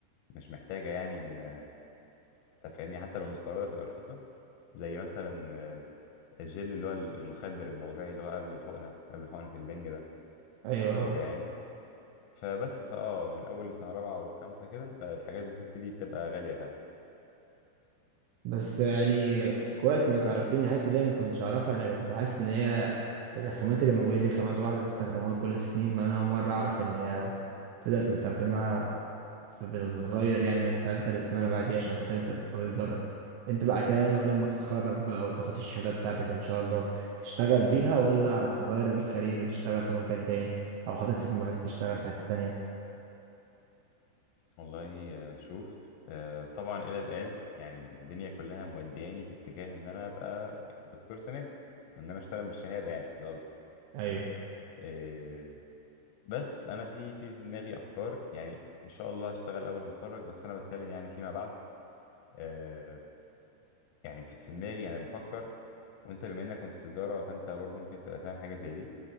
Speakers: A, on the left; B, on the right.
A: مش محتاجه يعني ان انت فاهمني حتى لو مستورده تبقى رخيصه زي مثلا آه، الجل اللي هو المخدر الموضعي اللي هو قبل الحقنه قبل حقنه البنج ده
B: ايوه اه
A: كده يعني فبس فاه من اول سنه رابعه وخمسه كده انت الحاجات بتبتدي تبقى غاليه فعلا
B: بس يعني كويس انك عرفتيني الحتة دي أنا ما كنتش اعرفها انا كنت بحس ان هي الخامات اللي موجودة دي خامات واحدة بتستخدموها لكل السنين ما انا اول مرة اعرف ان هي تقدر تستخدمها فبتتغير يعني من تالتة للسنة اللي بعديها عشان خاطر انت بتبقى بتجرب انت بقى كده ولما تتخرج بقى وتاخد الشهادة بتاعتك ان شاء الله تشتغل بيها ولا هتغير الكارير وتشتغل في مكان تاني او حاطط في دماغك تشتغل في حتة تانية
A: والله آه، شوف آه، طبعا الى الان يعني الدنيا كلها مودياني في اتجاه ان انا ابقى يعني دكتور سنان ان انا اشتغل بالشهاده يعني ده قصدي
B: ايوه
A: آه، بس انا في في في دماغي افكار يعني ان شاء الله هشتغل اول ما اتخرج بس انا بتكلم يعني فيما بعد آه، يعني في في دماغي انا بفكر وانت بما انك كنت في تجاره فانت برضو ممكن تبقى فاهم حاجه زي دي